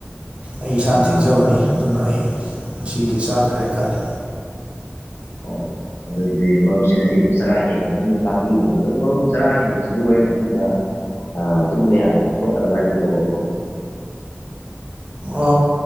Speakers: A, on the right; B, on the left.
A: ꯑꯩ ꯏꯁꯥꯅ
B: ꯑꯥ
A: ꯊꯦꯡꯖꯕꯅꯤ
B: ꯑꯗꯨ
A: ꯑꯗꯨꯅ ꯑꯩ ꯉꯁꯤꯒꯤꯗꯤ ꯆꯥꯗ꯭ꯔꯦ ꯍꯥꯏꯇꯥꯔꯦ
B: ꯑꯣ ꯑꯗꯨꯗꯤ ꯃꯔꯨꯞꯁꯤ ꯉꯁꯤ ꯑꯗꯨꯝ ꯆꯔꯥ ꯍꯦꯜꯂꯅꯤꯅ ꯇꯥꯛꯄꯤꯌꯨꯅꯦ ꯑꯗꯨꯝ ꯃꯔꯨꯞ ꯆꯔꯥ ꯍꯦꯟꯕꯁꯤꯕꯨ ꯍꯨꯔꯦꯟ ꯑꯍꯤꯡꯗꯥ ꯑ ꯇꯨꯝꯕ ꯌꯥꯗꯕ ꯈꯣꯠꯇꯕ ꯒꯥꯗꯤ ꯇꯧꯔꯛꯑꯣꯏꯀꯣ
A: ꯑ